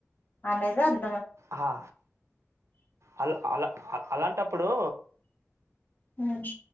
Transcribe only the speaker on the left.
అనేది అర్
ఉమ్